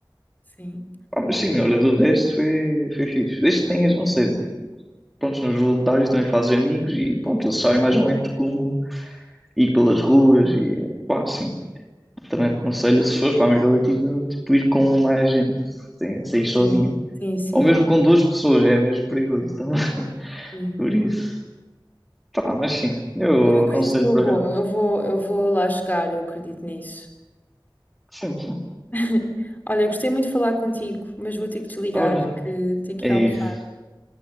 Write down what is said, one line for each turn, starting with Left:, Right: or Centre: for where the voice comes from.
Left: Sim,
Centre: Pá, mas sim, olha, do resto foi, foi fixe. Desde que tenhas, não sei, pronto, nos voluntários também fazes amigos e pronto, eles sabem mais ou menos como ir pelas ruas e pá, sim. Também aconselho, se fores para a América Latina, tipo, ir com mais gente, sem sair sozinha.
Left: sim, sim, sim.
Centre: Ou mesmo com duas pessoas, é mesmo perigoso também. <laughs>
Left: sim.
Centre: Por isso. tá mas sim, eu
Left: Mas eu acredito
Centre: aconselho
Left: que eu
Centre: por
Left: vou,
Centre: acaso.
Left: eu vou, eu vou lá chegar, eu acredito nisso.
Centre: Sim, sim.
Left: <laughs> Olha, gostei muito de falar contigo, mas vou ter que desligar,
Centre: Olha,
Left: que tenho que
Centre: é
Left: ir almoçar,
Centre: isso.